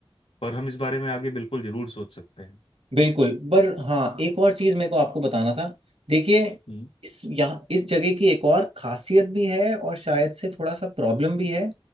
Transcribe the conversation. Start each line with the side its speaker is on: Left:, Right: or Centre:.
Left: पर हम इस बारे में आगे बिल्कुल जरूर सोच सकते हैं
Right: बिल्कुल पर हाँ एक और चीज मेरे को आपको बताना था देखिए
Left: हम्म
Right: इस यहाँ इस जगह की एक और खासियत भी है और शायद से थोड़ा सा प्रॉब्लम भी है